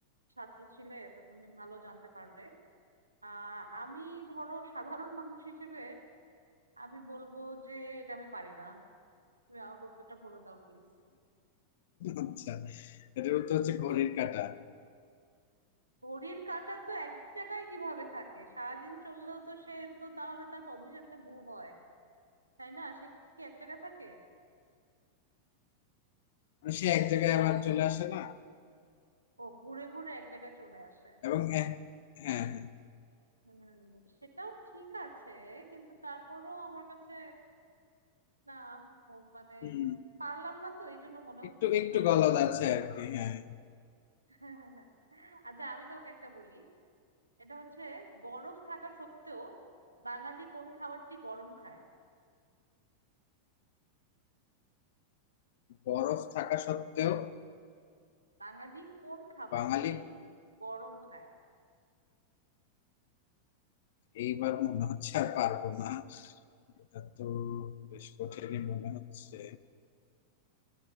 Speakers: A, on the right; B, on the left.
A: ছাত্র ছিলে তো তুমি ভালো জানতে পারবে আহ আমি ধরো সাধারণ মানুষ হিসেবে আমি বলবো যে এটা আমি পারি না তুমি আমাকে উত্তরটা বলে দাও প্লিজ
B: আচ্ছা এটার উত্তর হচ্ছে ঘড়ির কাঁটা
A: ঘড়ির কাঁটা তো এক জায়গায় কিভাবে থাকে সারাদিন চললেও তো সে তো তাহলে তার পজিশনটা মুভ হয় তাই না সে কি এক জায়গায় থাকে
B: মানে সে এক জায়গায় আবার চলে আসে না
A: ও ঘুরে ঘুরে এক জায়গায় চলে আসে
B: এবং এ- হ্যাঁ হ্যাঁ
A: হুম সেটাও ঠিক আছে কিন্তু তারপরও আমার কাছে না ও মানে
B: হুম
A: পারলাম না তো এই জন্য মনে
B: একটু
A: হচ্ছে যে
B: একটু
A: না এটা
B: গলদ
A: তো হলো
B: আছে
A: না
B: আর কি হ্যাঁ
A: <laughs> আচ্ছা আমি তোমাকে একটা বলি এটা হচ্ছে বরফ থাকা সত্ত্বেও বাঙালি কোন খাবারটি গরম খায়
B: বরফ থাকা সত্ত্বেও
A: বাঙালি কোন খাবারটি
B: বাঙালি
A: গরম খায়
B: এইবার মনে হচ্ছে আর পারবো না এটা তো বেশ কঠিনই মনে হচ্ছে